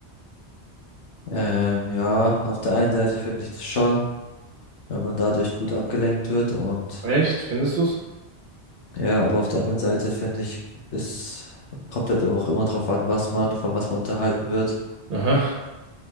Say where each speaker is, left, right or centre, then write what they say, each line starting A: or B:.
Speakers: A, on the left; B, on the right.
A: Ähm, ja, auf der einen Seite finde ich das schon, wenn man dadurch gut abgelenkt wird und
B: Echt? Findest du's?
A: ja, aber auf der anderen Seite finde ich, es kommt halt immer auch immer drauf an, was man, von was man unterhalten wird.
B: Aha.